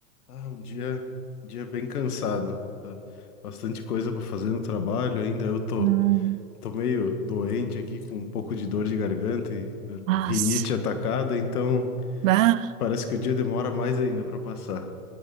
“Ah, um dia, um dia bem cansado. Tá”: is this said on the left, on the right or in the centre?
Left